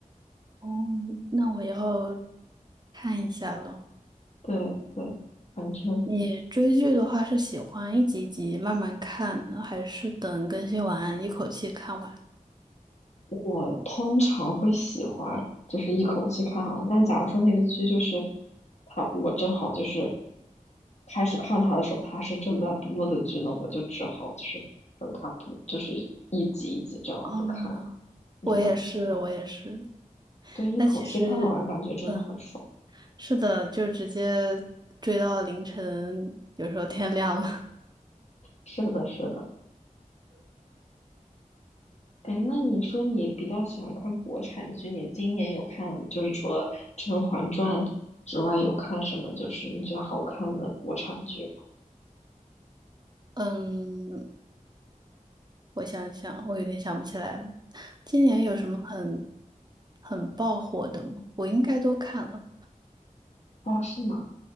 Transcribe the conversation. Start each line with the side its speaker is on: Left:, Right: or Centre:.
Right: 哦，那我要看一下了。
Left: 对对，反正。
Right: 你追剧的话，是喜欢一集一集慢慢看呢，还是等更新完一口气看完？
Left: 我通常会喜欢就是一口气看完，但假如说那个剧就是他我正好就是开始看他的时候，他是正在播的剧呢，我就只好就是等他播，就是一集一集这样子看啊。
Right: 哦，
Left: 你呢？
Right: 我也是，我也是。
Left: 对，一口气看完感觉真的很爽。
Right: 但其实，嗯，是的，就直接追到凌晨，有时候天亮了。
Left: 是的，是的。哎，那你说你比较喜欢看国产剧，你今年有看就是除了《甄嬛传》之外，有看什么就是你觉得好看的国产剧吗？
Right: <laughs> 嗯，我想想，我有点想不起来了。今年有什么很很爆火的吗？我应该都看了。
Left: 哦，是吗？